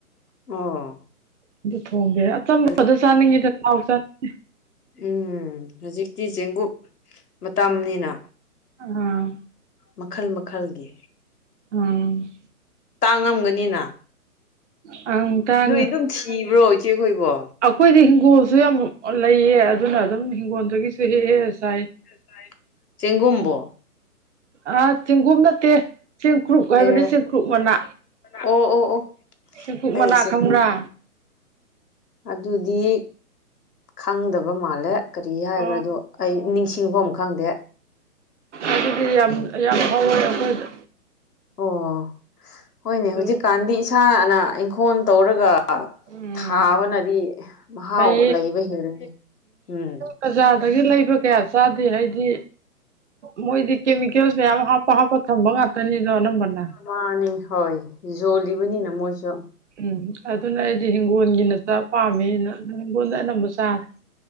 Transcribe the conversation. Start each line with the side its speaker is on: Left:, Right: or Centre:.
Left: ꯑꯣ
Right: ꯑꯗꯨ ꯊꯣꯡꯒꯦꯅ__ ꯑꯆꯝꯕꯗ
Left: ꯍꯧꯖꯤꯛ
Right: ꯆꯥꯅꯤꯡꯉꯤꯗ ꯊꯥꯎ ꯆꯥꯅꯤꯡꯗꯦ
Left: ꯎꯝ ꯍꯧꯖꯤꯛꯇꯤ ꯆꯦꯡꯒꯨꯞ ꯃꯇꯝꯅꯤꯅ
Right: ꯑꯥ
Left: ꯃꯈꯜ ꯃꯈꯜꯒꯤ
Right: ꯎꯝ
Left: ꯇꯥꯡꯉꯝꯒꯅꯤꯅ
Right: ꯑꯪ ꯇꯥꯡꯉꯦ
Left: ꯅꯣꯏ ꯑꯗꯨꯝ ꯊꯤꯕ꯭ꯔꯣ ꯏꯆꯦꯈꯣꯏꯕꯣ
Right: ꯑꯩꯈꯣꯏꯗꯤ ꯍꯤꯡꯒꯣꯜꯁꯨ ꯌꯥꯝ ꯂꯩꯌꯦ ꯑꯗꯨꯅ ꯑꯗꯨꯝ ꯍꯤꯡꯒꯣꯜꯗꯒꯤꯁꯨ ꯍꯦꯛꯑꯦ ꯉꯁꯥꯏ
Left: ꯁꯥꯏ ꯆꯦꯡꯒꯨꯝꯕꯣ
Right: ꯑ ꯆꯦꯡꯒꯨꯝꯝ ꯅꯠꯇꯦ ꯆꯦꯡꯀ꯭ꯔꯨꯞ ꯍꯥꯏꯕꯅꯤ
Left: ꯑꯦ
Right: ꯆꯦꯡꯀ꯭ꯔꯨꯞ ꯃꯅꯥ
Left: ꯑꯣ ꯑꯣ ꯑꯣ
Right: ꯁꯦꯡꯀꯨꯨꯞ
Left: ꯑꯩ
Right: ꯃꯂꯥ
Left: ꯆꯦꯡꯀꯨꯞ
Right: ꯈꯪꯕ꯭ꯔꯥ
Left: ꯑꯗꯨꯗꯤ ꯈꯪꯗꯕ ꯃꯥꯜꯂꯦ ꯀꯔꯤ ꯍꯥꯏꯕ꯭ꯔꯥꯗꯣ
Right: ꯑꯣ
Left: ꯑꯩ ꯅꯤꯡꯁꯤꯡꯐꯝ ꯑꯃ ꯈꯪꯗꯦ
Right: ꯑꯗꯨꯗꯤ ꯌꯥꯝ ꯌꯥꯝ ꯍꯧꯋꯦ ꯑꯩꯈꯣꯏꯗ
Left: ꯑꯣ ꯍꯣꯏꯅꯦ
Right: ꯑꯗꯨ
Left: ꯍꯧꯖꯤꯛꯀꯥꯟꯗꯤ ꯏꯁꯥꯅ ꯏꯪꯈꯣꯜ ꯇꯧꯔꯒ
Right: ꯎꯝ
Left: ꯊꯥꯕꯅꯗꯤ ꯃꯍꯥꯎ
Right: ꯍꯩꯌꯦ
Left: ꯂꯩꯕ ꯍꯦꯜꯂꯤꯦ ꯎꯝ
Right: ꯕꯖꯥꯔꯗꯒꯤ ꯂꯩꯕ ꯀꯌꯥ ꯆꯥꯗꯦ ꯍꯥꯏꯗꯤ ꯃꯣꯏꯗꯤ ꯀꯦꯃꯤꯀꯦꯜꯁ ꯃꯌꯥꯝ ꯍꯥꯞꯄ ꯍꯥꯞꯄ ꯊꯝꯕ ꯉꯥꯛꯇꯅꯤꯗꯣ ꯑꯅꯝꯕꯅ
Left: ꯃꯥꯅꯤ ꯍꯣꯏ ꯌꯣꯜꯂꯤꯕꯅꯤꯅ ꯃꯣꯏꯁꯨ
Right: ꯎꯝ ꯑꯗꯨꯅ ꯑꯩꯗꯤ ꯍꯤꯡꯒꯣꯜꯒꯤꯅꯆꯥ ꯄꯥꯝꯃꯤ ꯍꯤꯡꯒꯣꯜꯗ ꯑꯅꯝꯕ ꯆꯥꯔꯦ